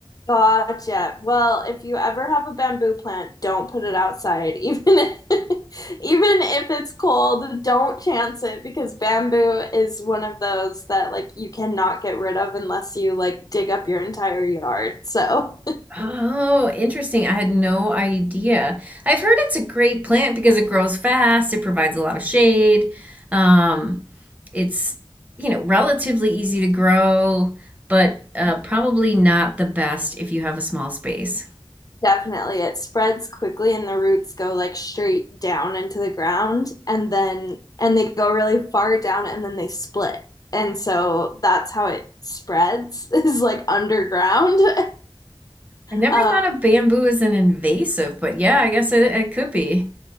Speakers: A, on the left; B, on the right.
A: Gotcha. Well, if you ever have a bamboo plant, don't put it outside. <laughs> Even if, even if it's cold, don't chance it because bamboo is one of those that like you cannot get rid of unless you like dig up your entire yard. So,
B: Oh, interesting. I had no idea. I've heard it's a great plant because it grows fast, it provides a lot of shade. Um, it's, you know, relatively easy to grow, but uh, probably not the best if you have a small space.
A: Definitely. It spreads quickly and the roots go like straight down into the ground and then and they go really far down and then they split. And so that's how it spreads <laughs> is like underground. <laughs>
B: I never
A: Um,
B: thought of bamboo as an invasive, but yeah, I guess it, it could be.